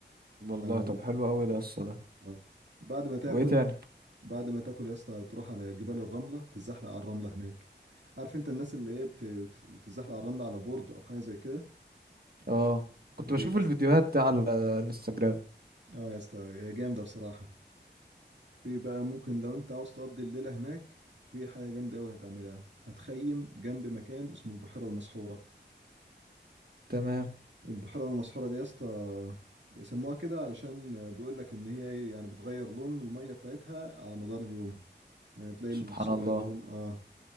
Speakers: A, on the right (about 55°); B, on the right (about 80°).
A: والله
B: آه.
A: طب حلو قوي ده الصلاة ده
B: آه. بعد ما تاكل
A: وايه تاني
B: بعد ما تاكل يا اسطى تروح على جبال الرملة تتزحلق على الرملة هناك عارف انت الناس اللي هي بت- بت- بتتزحلق على الرملة على بورد أو حاجة زي كده
A: اه كنت
B: دي
A: بشوف الفيديوهات دي على الانستجرام
B: اه يا اسطى هي جامدة بصراحة في بقى ممكن لو انت عاوز تقضي الليلة هناك في حاجة جامدة أوي هتعملها هتخيم جنب مكان اسمه البحيرة المسحورة
A: تمام
B: البحيرة المسحورة دي يا اسطى بيسموها كده علشان بيقول لك ان هي ايه يعني بتغير لون المية بتاعتها على مدار اليوم يعني تلاقي
A: سبحان
B: الصبح
A: الله
B: لون اه